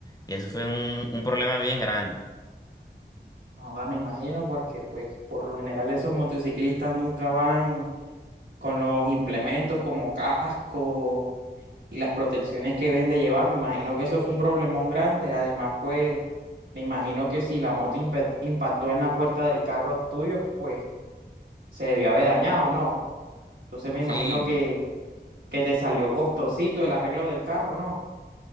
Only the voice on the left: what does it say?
Y eso fue un, un problema bien grande.
Sí,